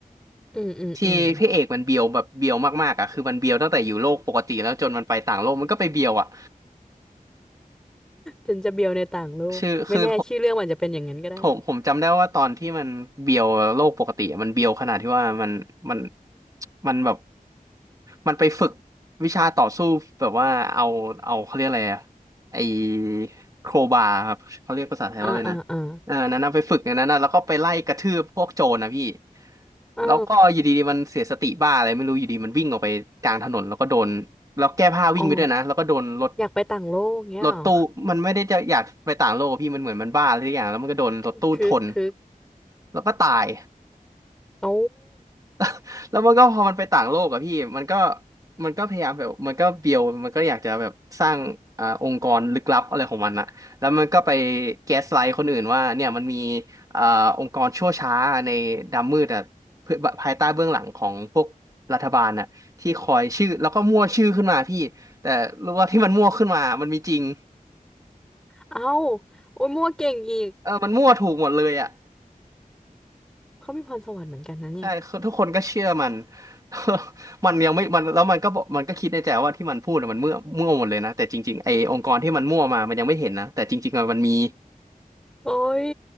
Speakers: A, in the centre; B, on the right.
A: อืมอืมอืม
B: ที่พระเอกมันเบียวแบบเบียวมากๆอ่ะคือมันเบียวตั้งแต่อยู่โลกปกติแล้วจนมันไปต่างโลกมันก็ไปเบียวอ่ะ
A: ฉันจะเบียวในต่างโลกไม่แน่ชื่อเรื่องมันจะเป็นอย่างนั้นก็ได้
B: ชื่อคือ ผมผมจำได้ว่าตอนที่มันเบียวโลกปกติอะมันเบียวขนาดที่ว่ามันมันมันแบบมันไปฝึกวิชาต่อสู้แบบว่าเอาเอาเขาเรียกอะไรอะไอโครบาครับเขาเรียกภาษาไทยว่าอะไรนะ
A: อ่าอ่าอ่า
B: อ่านั้นนะไปฝึกอย่างนั้นนะแล้วก็ไปไล่กระทืบพวกโจรนะพี่
A: อ่า
B: แล้วก็อยู่ดีๆมันเสียสติบ้าอะไรไม่รู้อยู่ดีมันวิ่งออกไปกลางถนนแล้วก็โดน แล้วแก้ผ้าวิ่งไปด้วยนะแล้วก็โดนรถ
A: อ๋ออยากไปต่างโลกเงี้ยเหรอ
B: รถตู้มันไม่ได้จะอยากไปต่างโลกอะพี่มันเหมือนมันบ้าอะไรสักอย่างแล้วมันก็โดนรถตู้ชน
A: คึกคึก
B: แล้วก็ตาย
A: โอ้
B: <laughs> แล้วมันก็พอมันไปต่างโลกอะพี่มันก็มันก็พยายามแบบมันก็เบียวมันก็อยากจะแบบสร้างอ่าองค์กรลึกลับอะไรของมันอะแล้วมันก็ไปแก๊สไลท์คนอื่นว่าเนี่ยมันมีอ่าองค์กรชั่วช้าในดำมืดอะเพื่อภายใต้เบื้องหลังของพวกรัฐบาลน่ะที่คอยชื่อแล้วก็มั่วชื่อขึ้นมาพี่แต่รู้ว่าที่มันมั่วขึ้นมามันมีจริง
A: เอ้าโอ้ยมั่วเก่งอีก
B: เออมันมั่วถูกหมดเลยอะ
A: เขามีพรสวรรค์เหมือนกันนะเนี่ย
B: ใช่คือทุกคนก็เชื่อมัน <laughs> มันยังไม่มันแล้วมันก็บอกมันก็คิดในใจว่าที่มันพูดน่ะมันมั่วมั่วหมดเลยนะแต่จริงๆไอ้องค์กรที่มันมั่วมามันยังไม่เห็นนะแต่จริงๆอะมันมี
A: โอ้ย